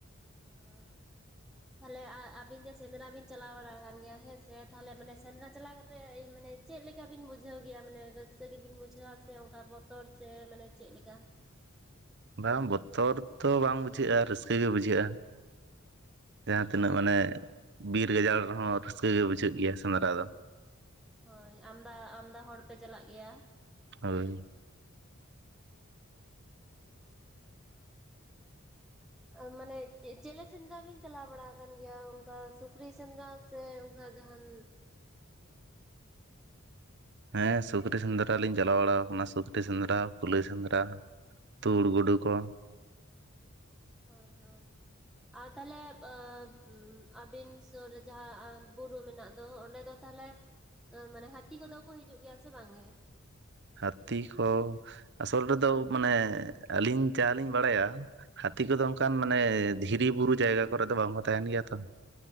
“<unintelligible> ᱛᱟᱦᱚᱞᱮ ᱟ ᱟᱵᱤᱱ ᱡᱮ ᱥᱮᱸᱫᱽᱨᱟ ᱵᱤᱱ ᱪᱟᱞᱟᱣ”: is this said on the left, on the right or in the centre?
Centre